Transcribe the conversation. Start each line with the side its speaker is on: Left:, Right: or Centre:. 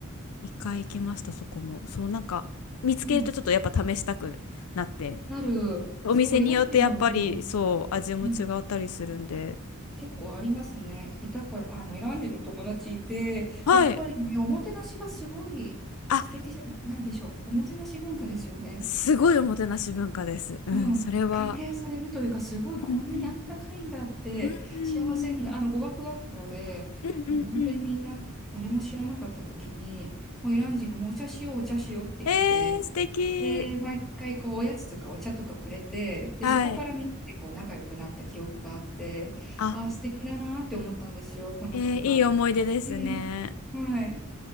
Left: 一回行きました、そこも。そう、なんか、見つけるとちょっとやっぱ試したくなって。
Centre: うん。なる、
Left: お店によってやっぱり、
Centre: そう、イラン人のお友達、
Left: そう、味も違ったりするんで。
Centre: うん、結構ありますね。いたから、あの、イラン人の友達いて、
Left: はい。
Centre: やっぱりね、おもてなしがすごい素敵じゃない、
Left: あ、
Centre: なんでしょう。おもてなし文化ですよね。
Left: すごいおもてなし文化です。うん、
Centre: うん。
Left: それは。
Centre: 歓迎されるというか、すごいこんなにあったかいんだって、
Left: うんうん。うんう
Centre: 幸せな、
Left: ん。
Centre: あの、語学学校で、
Left: うんうんうん。
Centre: もう本当にみんな、誰も知らなかった時に、もうイラン人がもうお茶しよう、お茶しようって言って、
Left: えー、素敵。
Centre: で、毎回こう、おやつとかお茶とかくれて、で、
Left: はい。
Centre: そこからみんなでこう、仲良くなった記憶があって、
Left: あ、
Centre: ああ、素敵だなーって思ったんですよ、この文化って。
Left: えーいい思い出ですね。
Centre: うんはい。